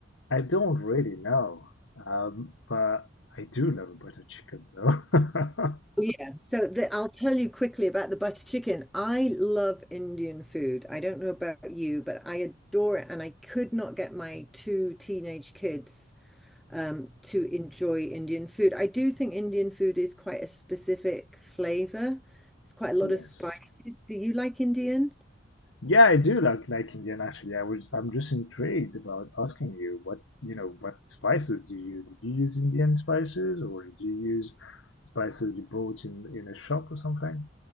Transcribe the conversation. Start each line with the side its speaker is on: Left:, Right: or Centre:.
Left: I don't really know, um, but I do love butter chicken though. <laughs>
Centre: Yeah, so the, I'll tell you quickly about the butter chicken. I love Indian food. I don't know about you, but I adore it. And I could not get my two teenage kids um, to enjoy Indian food. I do think Indian food is quite a specific flavor. It's quite a lot
Left: Yes.
Centre: of spices. Do you like Indian?
Left: Yeah, I do like like Indian actually. I was I'm just intrigued about asking you what you know what spices do you use? Did you use Indian spices or did you use spices you bought in in a shop or something?